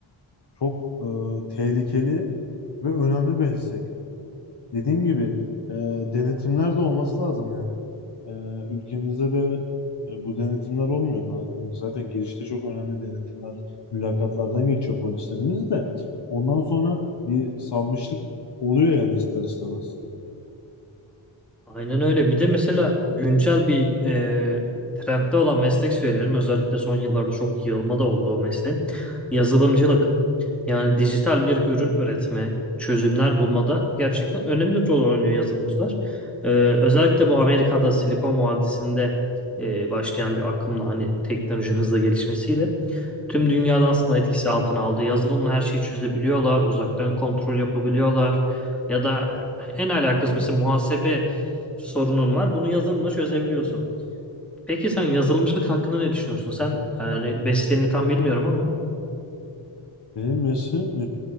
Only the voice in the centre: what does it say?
Aynen öyle. Bir de mesela güncel bir e, trendde olan meslek söyleyelim. Özellikle son yıllarda çok yığılma da oldu o mesleğin. Yazılımcılık. Yani dijital bir ürün üretme, çözümler bulmada gerçekten önemli rol oynuyor yazılımcılar. E, özellikle bu Amerika'da Silikon Vadisi'nde e, başlayan bir akımla hani teknoloji hızla gelişmesiyle Tüm dünyada aslında etkisi altına aldı. Yazılımla her şeyi çözebiliyorlar, uzaktan kontrol yapabiliyorlar. Ya da en alakasız mesela muhasebe sorunun var. Bunu yazılımla çözebiliyorsun. Peki sen yazılımcılık hakkında ne düşünüyorsun? Sen yani mesleğini tam bilmiyorum ama